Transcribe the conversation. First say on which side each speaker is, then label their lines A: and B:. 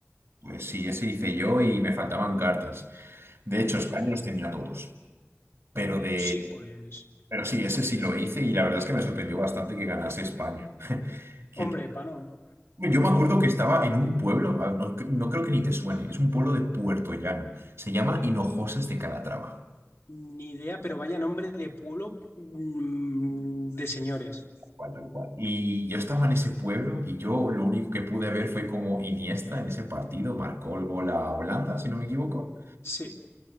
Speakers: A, on the right; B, on the left.
A: Pues sí, ese hice yo y me faltaban cartas. De hecho, España los tenía todos. Pero de,
B: Sí, pues.
A: pero sí, ese sí lo hice y la verdad es que me sorprendió bastante que ganase España. <laughs> Que-
B: Hombre, pa' no.
A: yo me acuerdo que estaba en un pueblo, a ver, no, no creo que ni te suene, es un pueblo de Puerto Llano. Se llama Hinojosas de Calatrava.
B: Ni idea, pero vaya nombre de pueblo mm, de señores.
A: cual, tal cual. Y yo estaba en ese pueblo y yo lo único que pude ver fue como Iniesta en ese partido marcó el gol a Holanda, si no me equivoco.
B: Sí.